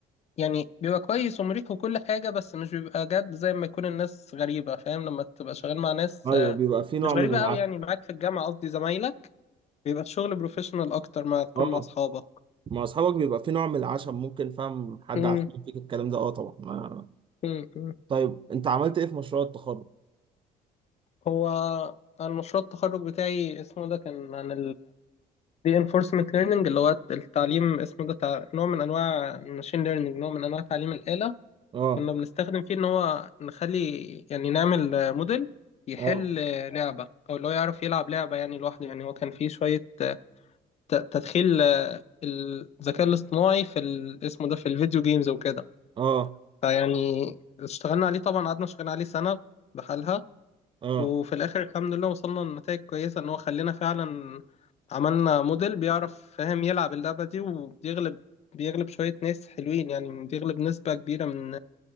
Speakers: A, on the left (about 40°); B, on the right (about 30°).
A: يعني بيبقى كويس ومريح وكل حاجة بس مش بيبقى جد زي ما يكون الناس غريبة فاهم لما تبقى شغال مع ناس
B: ايوه
A: آه،
B: بيبقى في نوع
A: مش غريبة
B: من العشم
A: أوي يعني معاك في الجامعة قصدي زمايلك بيبقى الشغل بروفيشنال أكتر ما تكون
B: اه
A: مع أصحابك
B: مع اصحابك بيبقى في نوع من العشم ممكن فاهم حد
A: أمم،
B: عشان فيك الكلام ده اه طبعا ما-
A: أمم، أمم.
B: طيب انت عملت ايه في مشروع التخرج
A: هو أنا مشروع التخرج بتاعي اسمه ده كان عن reinforcement learning اللي هو التعليم اسمه ده تع... نوع من انواع الماشين learning نوع من انواع تعليم الآلة
B: اه
A: كنا بنستخدم فيه ان هو نخلي يعني نعمل آه، موديل يحل
B: اه
A: آه، لعبة او اللي هو يعرف يلعب لعبة يعني لوحده يعني هو كان فيه شوية آه، ت- تدخيل آه، الذكاء الاصطناعي في ال... اسمه ده في الفيديو جيمز وكده
B: اه
A: فيعني اشتغلنا عليه طبعا قعدنا شغالين عليه سنة بحالها
B: اه
A: وفي الاخر الحمد لله وصلنا لنتائج كويسه ان هو خلينا فعلا عملنا موديل بيعرف فاهم يلعب اللعبه دي وبيغلب بيغلب شويه ناس حلوين يعني بيغلب نسبه كبيره من